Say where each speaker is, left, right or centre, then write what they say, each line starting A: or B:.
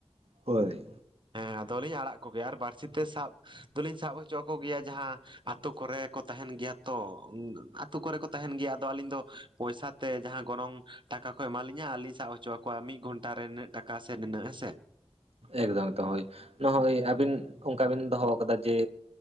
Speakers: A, on the right; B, on the right.
A: ᱦᱳᱭ
B: ᱦᱮᱸ ᱟᱫᱚᱞᱤᱧ ᱟᱲᱟᱜ ᱠᱚᱜᱮᱭᱟ ᱟᱨ ᱵᱟᱹᱲᱥᱤ ᱛᱮ ᱥᱟᱵ ᱫᱚᱞᱤᱧ ᱥᱟᱵ ᱦᱚᱪᱚ ᱠᱚᱜᱮᱭᱟ ᱡᱟᱦᱟᱸ ᱟᱛᱳ ᱠᱚᱨᱮ ᱠᱚ ᱛᱟᱦᱮᱱ ᱜᱮᱭᱟ ᱛᱚ ᱟᱛᱳ ᱠᱚᱨᱮ ᱠᱚ ᱛᱟᱦᱮᱱ ᱜᱮᱭᱟ ᱟᱫᱚ ᱟᱹᱞᱤᱧ ᱫᱚ ᱯᱚᱭᱥᱟ ᱛᱮ ᱡᱟᱦᱟᱸ ᱜᱚᱱᱚᱝ ᱴᱟᱠᱟ ᱠᱚ ᱮᱢᱟᱞᱤᱧᱟ ᱟᱨᱞᱤᱧ ᱥᱟᱵ ᱦᱚᱪᱚ ᱟᱠᱚᱣᱟ ᱢᱤᱫ ᱜᱷᱚᱱᱴᱟ ᱨᱮ ᱱᱤᱱᱟᱜ ᱴᱟᱠᱟ ᱥᱮ ᱱᱤᱱᱟᱹᱜ ᱦᱮᱸᱥᱮ
A: ᱮᱠᱫᱚᱢ ᱮᱠᱫᱚᱢ ᱦᱳᱭ ᱱᱚᱜ-ᱚᱭ ᱟᱹᱵᱤᱱ ᱚᱱᱠᱟ ᱵᱤᱱ ᱫᱚᱦᱚ ᱠᱟᱫᱟ ᱡᱮ